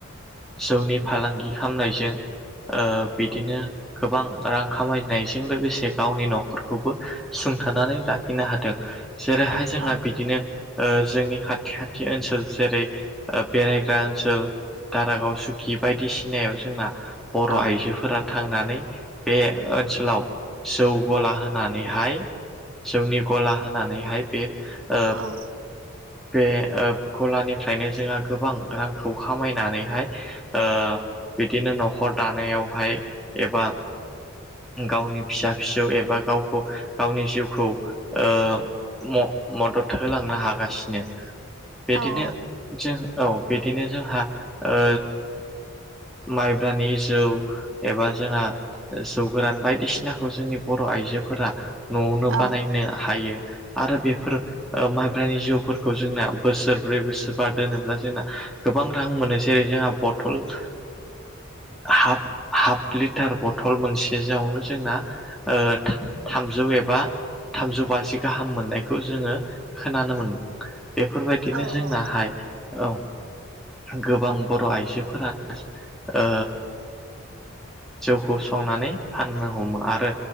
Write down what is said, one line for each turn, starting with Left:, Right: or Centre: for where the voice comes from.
Centre: जौनि फालांगि खालामनायजों बिदिनो गोबां रां खामायनायजों लोगोसे गावनि न'खरखौबो सोंथानानै लाखिनो हादों जेरैहाय जोंहा
Right: औ
Centre: बिदिनो जोंनि खाथि खाथि ओनसोल जेरै बेरायग्रा ओनसोल दारागाव सुकि बायदिसिनायाव जोंना बर'
Right: औ
Centre: आइजोफोरा थांनानै बे ओनसोलाव जौ गला होनानैहाय जौनि गला होनानैहाय बे ओ
Right: औ
Centre: बे ओ गलानिफ्रायनो जोंहा गोबां रांखौ खामायनानैहाय ओ बिदिनो न'खर दानायावहाय एबा गावनि फिसा फिसौ एबा गावखौ गावनि जिउखौ ओ म मदद होलांनो हागासिनो । बिदिनो
Right: औ
Centre: जों औ बिदिनो जोंहा ओ माइब्रानि जौ, एबा जोंहा जौ गोरान बायदिसिनाखौ जोंनि बर' आइजोफोरा न'आवनो
Right: औ
Centre: बानायनो हायो आरो बेफोर ओ माइब्रानि जौफोरखौ जोंना बोसोर ब्रै बोसोरबा दोनोब्ला जोंना गोबां रां मोनो जेरै जोंहा बथल- हाफ हाफ लिटार बथल मोनसे जौआवनो जोंना ओ थामजौ एबा थामजौ बाजि गाहाम मोननायखौ जोङो खोनानो मोनदों। बेफोरबायदिनो
Right: औ
Centre: जोंनाहाय
Right: औ
Centre: औ गोबां बर' आइजोफोरा ओ जौखौ संनानै फाननो हमो आरो